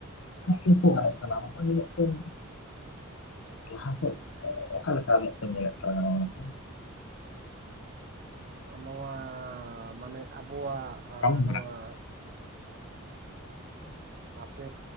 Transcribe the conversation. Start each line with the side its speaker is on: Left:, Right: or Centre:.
Left: <unintelligible> ᱠᱚ ᱜᱟᱱᱚᱜ ᱠᱟᱱᱟ ᱱᱚᱜᱼᱚᱭ ᱡᱮ ᱢᱤᱫᱴᱮᱱ <unintelligible> ᱞᱟᱦᱟ ᱥᱮᱫ ᱚᱠᱟᱞᱮᱠᱟ ᱢᱮᱫ ᱛᱮᱢ ᱧᱮᱞᱮᱫ ᱛᱟᱞᱟᱝᱟ ᱢᱟᱥᱮ
Right: ᱱᱚᱣᱟ ᱢᱟᱱᱮ ᱟᱵᱚᱣᱟᱜ
Left: ᱠᱟᱹᱢᱤ ᱦᱚᱨᱟ
Right: ᱱᱚᱣᱟ ᱢᱟᱥᱮ